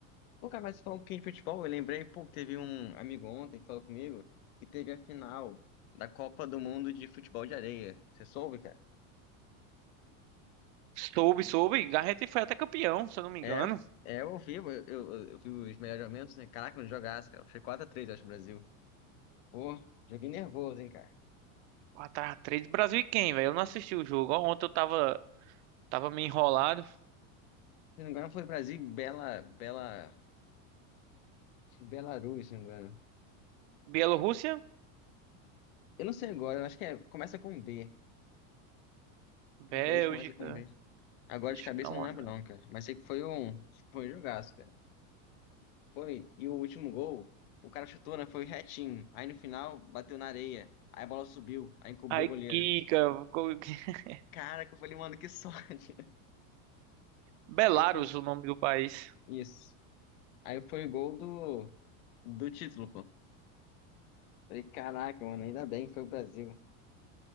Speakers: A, on the left (about 80°); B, on the right (about 55°).
A: Pô, cara, mas falando um pouquinho de futebol, eu lembrei, pô, que teve um amigo ontem que falou comigo que teve a final da Copa do Mundo de Futebol de Areia. Você soube, cara?
B: Soube, soube. A gente foi até campeão, se eu não me
A: É,
B: engano.
A: é, eu vi, eu, eu, eu vi os melhores momentos, né? Caraca, não jogasse, cara. Foi 4 a 3 eu acho, o Brasil. Pô, joguei nervoso, hein, cara.
B: quatro x 3 Brasil e quem, velho? Eu não assisti o jogo. Ó, Ontem eu tava, tava meio enrolado.
A: Se não me engano, foi Brasil, e Bela, Bela, Belarus, se não me engano.
B: Bielorrússia?
A: Eu não sei agora, eu acho que é, começa com B.
B: Bélgica.
A: Um país começa com B. Agora
B: Deixa
A: de cabeça
B: eu dar uma.
A: eu não
B: olhada.
A: lembro não, cara. Mas sei que foi um, foi um jogaço, cara. Foi, e o último gol, o cara chutou, né? Foi retinho. Aí no final, bateu na areia. Aí a bola subiu, aí encobriu
B: Ai,
A: o goleiro.
B: Kika. co- <laughs>
A: Cara, que eu falei, mano, que sorte.
B: Belarus,
A: <laughs> Aí foi,
B: o nome do país.
A: isso. Aí foi o gol do, do título, pô. Falei, caraca, mano, ainda bem que foi o Brasil.